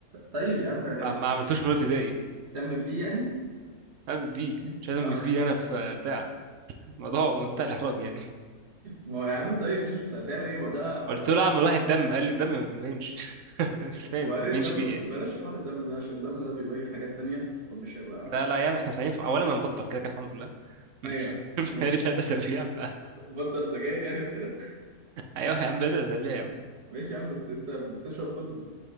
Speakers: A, on the right; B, on the right.
A: طيب يا عم
B: ما, ما عملتوش من ابتدائي
A: تعمل بيه يعني
B: اعمل بيه
A: <laughs>
B: مش عايز اعمل
A: آه،
B: بيه انا في بتاع الموضوع منتهى الاحراج يعني
A: ما هو يا عم طيب مش بس هتعمل ايه ما ده
B: <laughs> قلت
A: ده
B: له اعمل واحد دم قال لي الدم ما بيبينش <laughs> ده مش فاهم
A: وبعدين
B: ما بيبينش
A: الدم
B: ليه يعني
A: بلاش حوار الدم ده عشان الدم ده بيبين حاجات تانية فمش هيبقى
B: ده لا يا عم احنا سعيدين في... اولا انا مبطل كده كده الحمد لله <laughs>
A: ايوه <laughs>
B: بقالي ثلاث اسابيع
A: بطل سجاير يعني وكده
B: ايوه يا عم بدأ اسابيع يا عم
A: ماشي يا عم بس انت بتشرب مدة